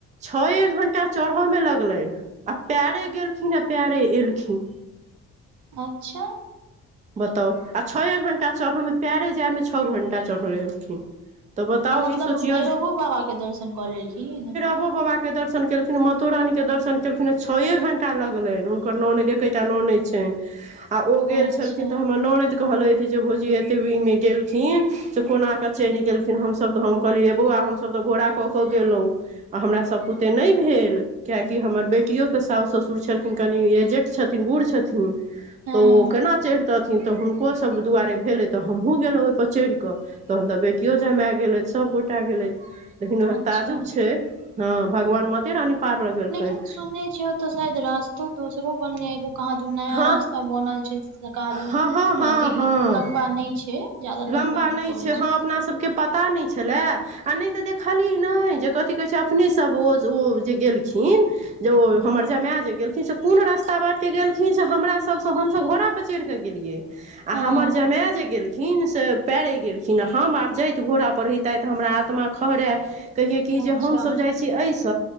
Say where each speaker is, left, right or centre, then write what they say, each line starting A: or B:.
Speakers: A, on the right (about 25°); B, on the right (about 70°).
A: छए घंटा चढ़ऽ मे लगलैन आ पाएरे गेलखिन ए पाएरे एलखिन।
B: अच्छा।
A: बताउ आ छए घण्टा चढ़ऽ मे पाएरे जाय मे छ घंटा चढ़ले एलखिन तऽ बताउ
B: मतलब
A: ई सोचियौ
B: भैरवो बाबा के दर्शन क लेलखिन।
A: उहो बाबा के दर्शन केलखिन, मातो रानी के दर्शन केलखिन आ छए घंटा लगलैन, हुनकर नौनेद ए केटा नौनेद छैन आ ओ गेल
B: अच्छा
A: छलखिन त हम हमर नोनैद कहलैथ जे भौजी ए एते भीड़मे गेलखिन से कोना कऽ चैढ़ गेलखिन, हमसब तऽ हम कहलियै यै बौअवा हम सब तऽ घोड़ा कऽ कऽ गेलौ। आ हमरा सब पुते नै भेल। कियाकि हमर बेटियो के सोस, ससुर छलखिन कनि एजेट छथिन, बुढ़ छथिन।
B: हँ
A: तऽ ओ केना चैढ़तेयथिन तऽ हुनको सब दुआरे भेलै तऽ हमहु गेलौ ओय पर चढ़ कऽ तहन तऽ बेटियो जमाय गेलैथ सब गो टा गेलैथ लेकिन हां
B: अच्छा
A: ताजुब छै हां भगवान माते रानी पार लगेलकनि
B: लेकिन सुनने छीये ओता शायद रास्तो दोसरो बनलै एगो कहाँ दन नै नया
A: हँ
B: रास्ता बनल छै। <unintelligible>
A: हँ हँ हँ
B: अथि
A: हँ
B: लम्बा नै छै। ज्यादा
A: लम्बा
B: नहि
A: नै
B: पड़ै
A: छै, हां अपना सबके पता नै छलाए। आ नै तऽ देखली नै जे कथि कहै छै अपने सब ओ ओ जे गेलखिन जे ओ हमर जमाय जे गेलखिन से कुन रस्ता बाटे गेलखिन से हमरा सबसे हम सब घोड़ा पर चैढ़ कऽ गेलियै। आ
B: हँ
A: हमर जमाय जे गेल खिन से पाएरे गेलखिन, हम आब जायत घोड़ा पर रहि तायत हमरा आत्मा खहरय। कहियै कि जे
B: अच्छा
A: हम सब जाय छी ऐ स,